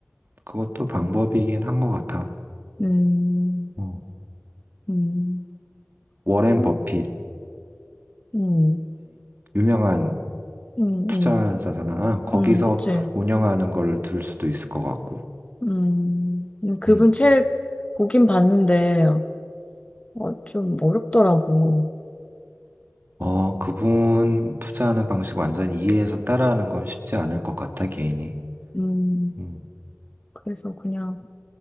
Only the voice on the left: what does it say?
음,
음,
어?
음,
음,
음,
음, 그치.
음, 음, 그분
책 보긴 봤는데, 어, 좀 어렵더라고.
음,
그래서 그냥.